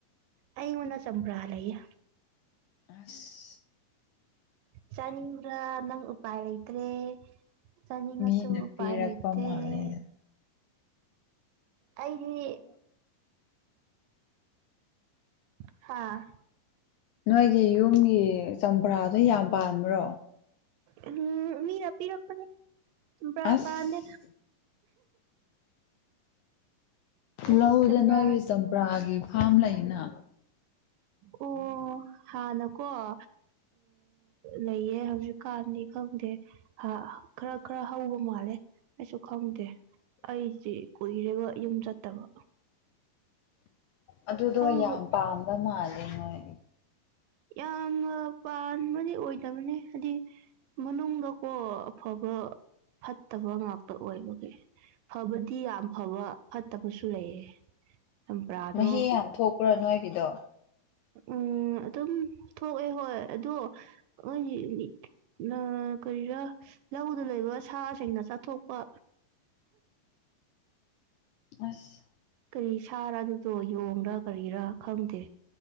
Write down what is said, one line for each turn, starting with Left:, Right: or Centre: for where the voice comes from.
Right: ꯑꯩꯉꯣꯟꯗ ꯆꯝꯄ꯭ꯔꯥ ꯂꯩꯌꯦ꯫
Left: <unintelligible>
Right: ꯆꯥꯅꯤꯡꯕ꯭ꯔꯥ ꯅꯪ ꯎꯄꯥꯏ ꯂꯩꯇ꯭ꯔꯦ꯫ ꯆꯅꯤꯡꯉꯁꯨ
Left: ꯃꯤꯅ
Right: ꯎꯄꯥꯏ
Left: ꯄꯤꯔꯛꯄ
Right: ꯂꯩꯇ‌ꯦ꯫
Left: ꯃꯥꯜꯂꯦꯗ
Right: ꯑꯩꯗꯤ ꯍꯥꯥ꯫
Left: ꯅꯣꯏꯒꯤ ꯌꯨꯝꯒꯤ ꯆꯝꯄ꯭ꯔꯥꯗꯣ ꯌꯥꯝ ꯄꯥꯟꯕ꯭ꯔꯣ꯫
Right: ꯎꯝ ꯃꯤꯅ ꯄꯤꯔꯛꯄꯅꯦ ꯆꯝꯄ꯭ꯔꯥ
Left: ꯑꯁ
Right: ꯄꯥꯟꯗꯦ ꯑꯁ
Left: ꯂꯧꯗ
Right: ꯆꯝꯄ꯭ꯔꯥ
Left: ꯅꯣꯏꯒꯤ ꯆꯝꯄ꯭ꯔꯥꯒꯤ ꯐꯥꯝ ꯂꯩꯅ
Right: ꯑꯣ ꯍꯥꯟꯅꯀꯣ ꯑ ꯂꯩꯌꯦ ꯍꯧꯖꯤꯛꯀꯥꯟꯗꯤ ꯈꯪꯗꯦ ꯍ ꯈꯔ ꯈꯔ ꯍꯧꯕ ꯃꯥꯜꯂꯦ ꯑꯩꯁꯨ ꯈꯪꯗꯦ ꯑꯩꯖꯦ ꯀꯨꯏꯔꯦꯕ ꯌꯨꯝ ꯆꯠꯇꯕ
Left: ꯑꯗꯨꯗꯣ
Right: ꯍꯧꯕ
Left: ꯌꯥꯝ ꯄꯥꯟꯕ ꯃꯥꯜꯂꯦ ꯅꯣꯏ
Right: ꯌꯥꯝꯅ ꯄꯥꯟꯕꯗꯤ ꯑꯣꯏꯗꯕꯅꯦ ꯍꯗꯤ ꯃꯅꯨꯡꯗꯀꯣ ꯑꯐꯕ ꯐꯠꯇꯕ ꯉꯥꯛꯇ ꯑꯣꯏꯕꯒꯤ ꯐꯕꯗꯤ ꯌꯥꯝ ꯐꯕ ꯐꯠꯇꯕꯁꯨ ꯂꯩꯌꯦ ꯆꯝꯄ꯭ꯔꯥꯗꯣ
Left: ꯃꯍꯤ ꯌꯥꯝ ꯊꯣꯛꯄ꯭ꯔꯥ ꯅꯣꯏꯒꯤꯗꯣ
Right: ꯎꯝ ꯑꯗꯨꯝ ꯊꯣꯛꯑꯦ ꯍꯣꯏ ꯑꯗꯣ <unintelligible> ꯅ ꯀꯔꯤꯔꯥ ꯂꯧꯗ ꯂꯩꯕ ꯁꯥꯁꯤꯡꯅ ꯆꯥꯊꯣꯛꯄ
Left: <inaudible> ꯑꯁ
Right: ꯀꯔꯤ ꯁꯥꯔ ꯑꯗꯨꯗꯣ ꯌꯣꯡꯔꯥ ꯀꯔꯤꯔꯥ ꯈꯪꯗꯦ